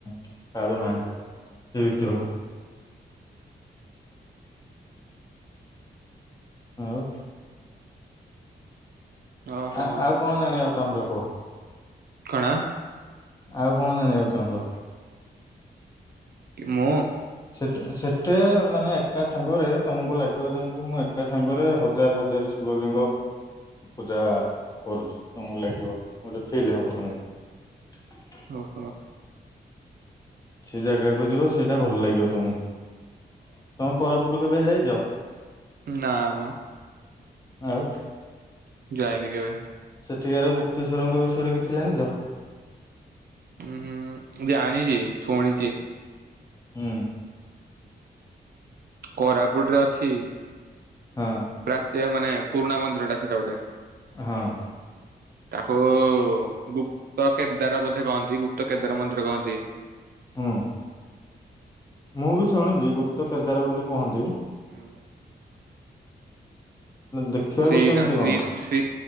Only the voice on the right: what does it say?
ଅ ହଉ।
କଣ?
ମୁଁ
ଓହୋ।
ନାମ।
ଯାଇନି କେବେ
ଉଁ ହୁଁ ଜାଣିଚି ସୋଣିଚି।
କୋରାପୁଟରେ ଅଛି
ପ୍ରାଚ୍ୟ ମାନେ ପୁରୁଣା ମନ୍ଦିର ଟା ସେଇଟା ଗୋଟେ।
ତାକୁ ଗୁପ ପ୍ତ କେଦାର ବୋଧେ କହନ୍ତି ଗୁପ୍ତ କେଦାର ମନ୍ଦିର କହନ୍ତି।
ହୁଁ।
ଶ୍ରୀ
ରା ଶ୍ରୀ
ଶ୍ରୀ